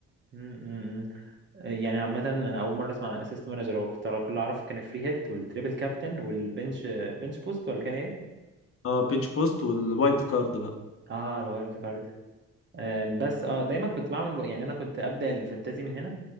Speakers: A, on the right; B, on the left.
A: امم يعني عامة أنا أول مرة أسمع عن الأسيست مانجر هو كنت كل اللي أعرفه كان الفري هيت والتريبل كابتن والبنش بنش بوست ولا كان إيه؟
B: اه بينش بوست والوايلد كارد بقى
A: آه الوايلد كارد آه بس آه دايما كنت بعمل يعني أنا كنت أبدأ الفانتازي من هنا